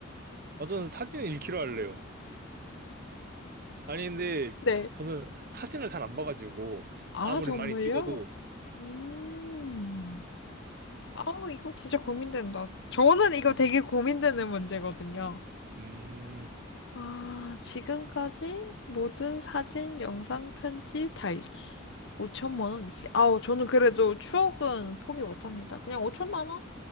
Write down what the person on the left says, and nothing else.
네.
아,
정말요?
음. 아, 이거 진짜 고민된다. 저는 이거
되게 고민되는 문제거든요.
아, 지금까지 모든 사진, 영상, 편지 다 잃기. 5천만 원 잃기. 아우, 저는 그래도 추억은 포기 못합니다. 그냥 5천만 원?